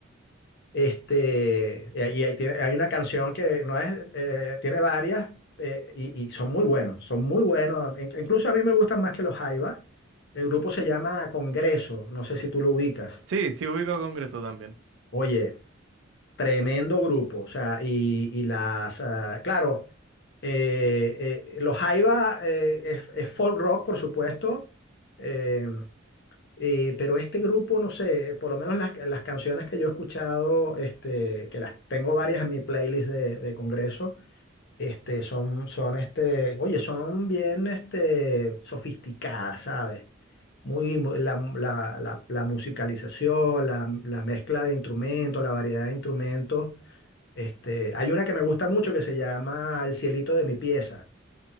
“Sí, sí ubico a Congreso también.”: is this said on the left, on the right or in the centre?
Right